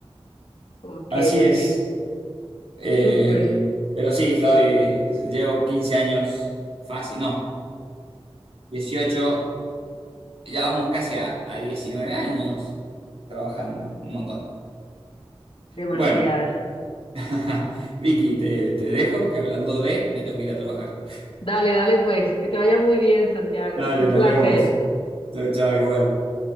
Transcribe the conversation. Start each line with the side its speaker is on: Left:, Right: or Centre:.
Left: ok,
Right: Así es.
Left: ok.
Right: Eh,
Left: Súper,
Right: pero sí, estoy, llevo 15 años fácil, no, dieciocho ya vamos casi a, a 19 años trabajando, un montón.
Left: demasiado.
Right: Bueno, <laughs> Vicky, te, te dejo que hablando de, me tengo que ir a trabajar.
Left: Dale, dale, pues, que te vaya muy bien, Santiago.
Right: Dale,
Left: Un placer.
Right: nos vemos. Chao, chao, igual.